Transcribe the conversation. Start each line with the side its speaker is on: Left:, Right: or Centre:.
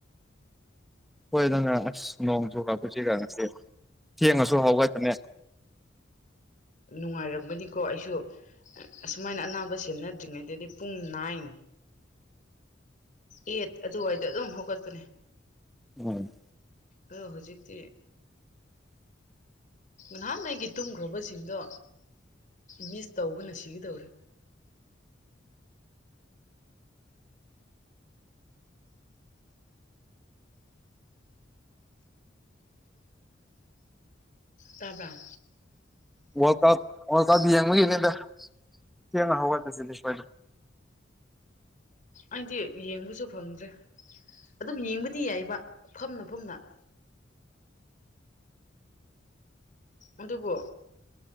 Centre: ꯍꯣꯏ ꯑꯗꯨꯅ ꯑꯁ ꯅꯣꯡ ꯆꯨꯔꯛꯄꯁꯤꯒ ꯉꯁꯤ ꯊꯦꯡꯉꯁꯨ ꯍꯧꯒꯄꯅꯦ
Left: ꯅꯨꯡꯉꯥꯏꯔꯝꯒꯅꯤꯀꯣ ꯑꯩꯁꯨ ꯑꯁꯨꯃꯥꯏꯅ ꯑꯅꯥꯕ ꯁꯦꯟꯅꯗ꯭ꯔꯤꯉꯩꯗꯗꯤ ꯄꯨꯡ ꯅꯥꯏꯟ ꯑꯦꯠ ꯑꯗꯨꯋꯥꯏꯗ ꯑꯗꯨꯝ ꯍꯧꯒꯠꯄꯅꯦ
Centre: ꯎꯝ
Left: ꯑꯗꯣ ꯍꯧꯖꯤꯛꯇꯤ
Centre: <inaudible>
Left: ꯅꯍꯥꯟ ꯑꯩꯒꯤ ꯇꯨꯝꯈ꯭ꯔꯕꯁꯤꯡꯗꯣ ꯃꯤꯁ ꯇꯧꯕꯅ ꯁꯤꯒꯗꯧꯔꯦ ꯇꯥꯕꯔ
Centre: ꯋꯥꯔꯛ ꯑꯥꯎ ꯋꯥꯋꯔꯥꯛ ꯑꯥꯎ ꯌꯦꯡꯕꯒꯤꯅꯦꯗ ꯊꯦꯡꯅ ꯍꯧꯒꯠꯆꯁꯤꯗꯤ ꯈꯣꯏꯅ
Left: ꯑꯩꯗꯤ ꯌꯦꯡꯕꯁꯨ ꯐꯪꯗ꯭ꯔꯦ ꯑꯗꯨꯝ ꯌꯦꯡꯕꯗꯤ ꯌꯥꯏꯕ ꯐꯝꯅ ꯐꯝꯅ ꯑꯗꯨꯕꯨ